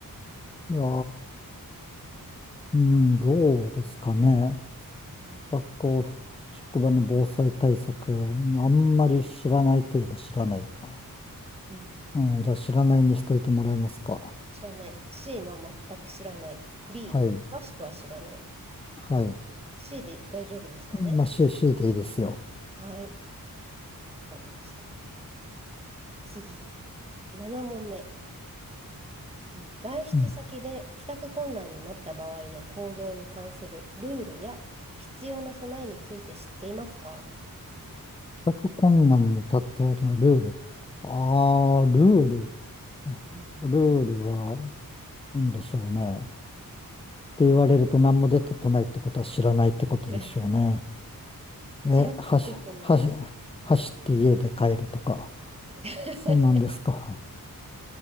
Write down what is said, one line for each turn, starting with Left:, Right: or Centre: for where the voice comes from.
Left: いや、うん、どうですかね。
Right: うん。
Left: 学校、職場の防災対策、あんまり知らないといえば知らないか。
Right: うんうんうん
Left: うん、じゃあ知らないにしといてもらえますか。
Right: 知らない。C の全く知らない。B、
Left: はい。
Right: 詳しくは知らない。
Left: はい。
Right: C で大丈夫ですかね
Left: まあ、CC でいいですよ。
Right: はい、わかりました。次、7問目。えー外出先で帰宅困難になった場合の行動に関するルールや必要な備えについて知っていますか
Left: うん。全困難に立った時のルール。ああ、
Right: はい、
Left: ルール。あルールは、
Right: うん、
Left: なんでしょうね。って言われると何も出てこないってことは知らないってことでしょうね。
Right: 知らない。
Left: え、
Right: 知らないし、
Left: はし、
Right: 備えて。
Left: はし、走って家で帰るとか。
Right: <laughs>
Left: そんなんですか。